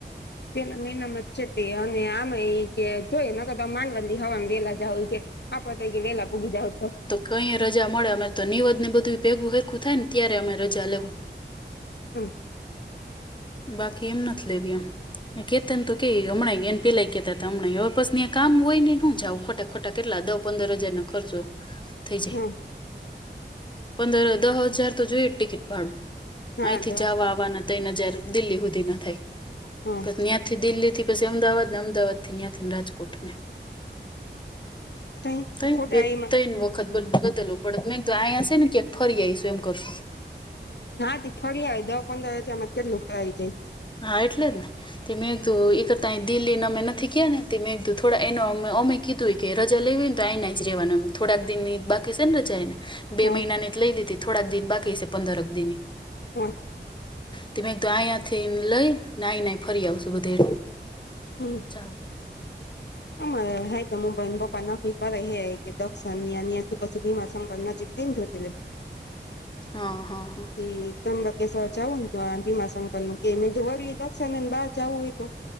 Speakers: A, on the left (about 65°); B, on the left (about 25°).
A: પેલા મહિનામાં છે તે અને આમે એ કે જોઈ ન ક તો માંનવંધી હવા વેલા જ હોય કે. આપવા તૈકે વેલા પૂગીધા જા હતો.
B: કહી રજા મળે અ તો નીવદ ને બધું ભેગું હેગુ થાય ને ત્યારે અમે રજા લેવું.
A: હમ.
B: બાકી એમ નથી લેવી એમ. કેતાન તો કે હમણાં એને પેલાય કેતા હતા હમણાં બસ કામ હોય ને શું જા ખોટા ખો ટા કેટલા દહ પંદર હજાર નો ખર્ચો થઈ જાય.
A: હમ
B: પંદર દહ હજાર તો જોઈ જ ટિકિટ ભાડું
A: હા
B: અહીંથી
A: તો
B: જાવા આવવાના ત્રન હજાર. દિલ્હી સુધી ના થાય
A: હા
B: પછી ન્યા. થી દિલ્હી થી પછી અમદાવાદ ને અમદાવાદ થી ત્યાં ને રાજકોટ ને.
A: હ ક
B: તઈ
A: ખોટા
B: બે
A: આય.
B: ત્રણ વખત બતેલું પડે નહી તો આહીયાશે ને ક્યા ફરી આવીશું એમ કરશું.
A: હાથી ફરી આવે દહ પંદર હજારમાં કેટલું ફરાય જાય.
B: હા એટલે જ ને. તે મે એક દો એક તા દિલ્હી ના ન મેં નથી ગયા ને મે કીધું થોડા મે કીધું. કે રજા લેવી ને તો આયના જ રેવાના થોડાક દિ બાકી છે ને રજા એના. બે
A: હા
B: મહિના જ લઈ લીધી થોડાક દિન બાકી હશે પંદરક દિન.
A: હા.
B: તમે એક તો અહીયાથી લઈ ના નાઈ ફરી આવશું બધે.
A: હમ.
B: ચ.
A: <unintelligible> હા તો હ બ પપ્પા નોકરી કરે હે એકે દક્ષણ ન્યા ન્યા થી પછી ભીમા શંકર નજીક થાય ને જ્યોતિર્લિંગ.
B: હા હા હા.
A: એ ત્રંબકેશ્વર જવું ને જો ભીમા શંકર નું કે વરલી દક્ષણને બહાર જાવું હોય તો.